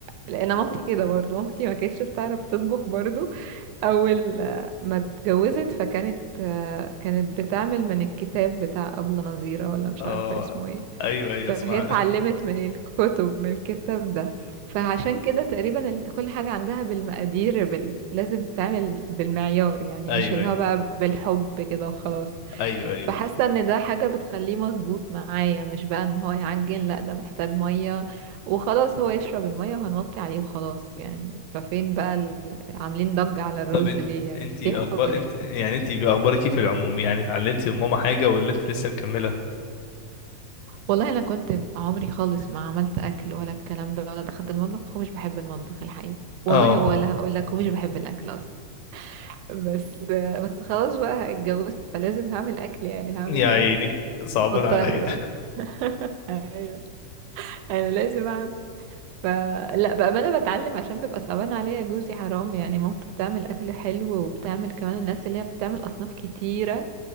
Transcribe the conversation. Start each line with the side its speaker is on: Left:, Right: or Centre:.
Right: لان مامتي كده برضو مامتي ما كانتش بتعرف تطبخ برضو اول آه، ما اتجوزت فكانت آه، كانت بتعمل من الكتاب بتاع أبلة نظيرة ولا مش
Left: اه
Right: عارفة اسمه ايه
Left: ايوه ايوه
Right: فهي
Left: اسمع
Right: اتعلمت
Left: <laughs>
Right: من الكتب من الكتاب ده فعشان كده تقريبا ال- كل حاجة عندها بالمقادير بال... لازم تتعمل بالمعيار يعني
Left: ايوه
Right: مش اللي
Left: ايوه
Right: هو بقى بالحب كده وخلاص
Left: ايوه ايوه
Right: فحاسه ان ده حاجه بتخليه مظبوط معايا مش بقى ان هو يعجن لا ده محتاج ميه وخلاص هو يشرب الميه وهنوطي عليه وخلاص يعني ففين بقى ال- عاملين ضجة على الرز
Left: طب انت
Right: ليه يا بتسيحوا
Left: انت اخبار
Right: ليه
Left: انت يعني انت باخبارك ايه في العموم يعني اتعلمتي من ماما حاجه ولا انت لسه مكمله
Right: والله انا كنت عمري خالص ما عملت اكل ولا الكلام ده ولا دخلت المطبخ ومش بحب المطبخ الحقيقه والله
Left: اه
Right: ولا هقول لك ومش بحب الاكل اصلا بس <laughs> بس خلاص بقى اتجوزت فلازم هعمل اكل يعني هعمل
Left: يا
Right: ايه
Left: عيني صعبان
Right: مضطرة
Left: عليا
Right: <laughs> ايوه انا لازم اعمل ف لا بأمانة بتعلم عشان بيبقى صعبان عليا جوزي حرام يعني مامته بتعمل أكل حلو وبتعمل كمان الناس اللي هي بتعمل أصناف كتيرة